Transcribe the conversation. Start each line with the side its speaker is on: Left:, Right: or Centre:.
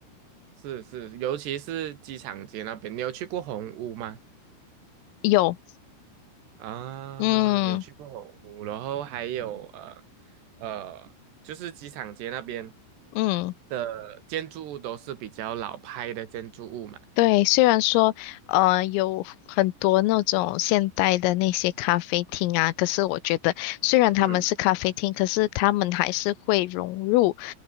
Right: 是是，尤其是机场街那边，你有去过红屋吗？
Left: 有，
Right: 啊，
Left: 嗯
Right: 你有去过红屋，然后还有呃呃，就是机场街那边
Left: 嗯。
Right: 的建筑物都是比较老派的建筑物嘛。
Left: 对，虽然说，呃，有很多那种现代的那些咖啡厅啊，可是我觉得，虽然他们是咖啡厅，
Right: 嗯
Left: 可是他们还是会融入